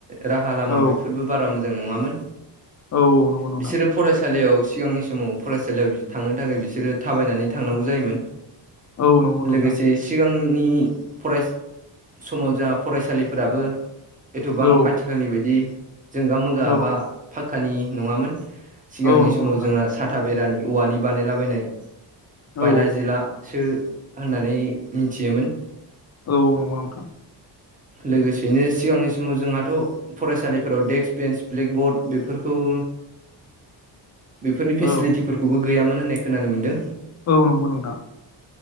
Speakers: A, on the right; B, on the left.
A: राहा लामा
B: औ
A: बेफोरबो बारा मोजां नङामोन।
B: औ नंगौ नोंथां
A: बिसोरो फरायसालियाव सिगांनि समाव फरायसालियाव थांनो थाखाय बिसोरो थाबायनानै थांनांगौ जायोमोन।
B: औ नंगौ नोंथां
A: लोगोसे सिगांनि फराय समाव जा फरायसालि फोराबो एथ'बां
B: औ
A: आथिखालनि बायदि जोंगा मोगा
B: औ
A: बा फा खानि नङामोन सिगांनि
B: औ नंगौ
A: समाव
B: नोंथां
A: जोंहा साथा बेरानि औवानि बानायलाबायनाय
B: औ
A: बायला जिलासो होननानै मिथियोमोन।
B: औ नंगौ नंथां।
A: लोगोसेयैनो सिगांनि समाव जोंहाथ' फरायसालिफोराव डेक्स्क बेन्स ब्लेकबर्ड बेफोरखौ उ
B: <inaudible>
A: बेफोरनि फेसिलिटिफोरखौबो
B: औ
A: गैयामोन होननाय खोनानो मोन्दों।
B: औ नंगौ नोंथां